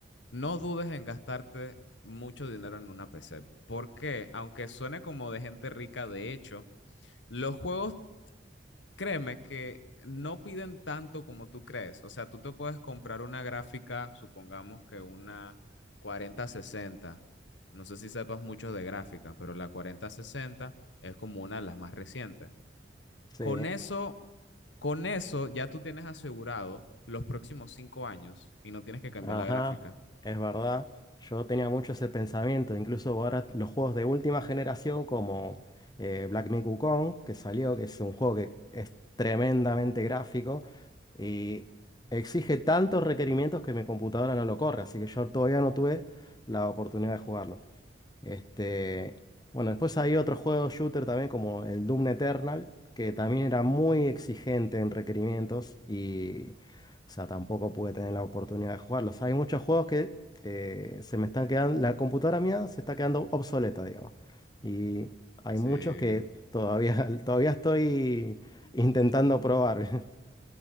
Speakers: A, on the left; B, on the left.
A: No dudes en gastarte mucho dinero en una PC, porque aunque suene como de gente rica, de hecho, los juegos, créeme que no piden tanto como tú crees. O sea, tú te puedes comprar una gráfica, supongamos que una cuarenta sesenta. No sé si sepas mucho de gráfica, pero la cuarenta sesenta es como una de las más recientes.
B: Sí,
A: Con eso, con eso ya tú tienes asegurado los próximos cinco años y no tienes que cambiar
B: ajá,
A: la gráfica.
B: es verdad. Yo tenía mucho ese pensamiento. Incluso ahora los juegos de última generación como eh, Black Myth Wukong, que salió, que es un juego que es tremendamente gráfico y exige tantos requerimientos que mi computadora no lo corre. Así que yo todavía no tuve la oportunidad de jugarlo. Este, bueno, después hay otros juegos shooter también como el Doom Eternal, que también era muy exigente en requerimientos y, o sea, tampoco pude tener la oportunidad de jugarlos. Hay muchos juegos que eh, se me están quedando, la computadora mía se está quedando obsoleta, digamos. Y hay
A: Sí.
B: muchos que todavía, <laughs> todavía estoy
A: Ujú.
B: intentando probar. <laughs>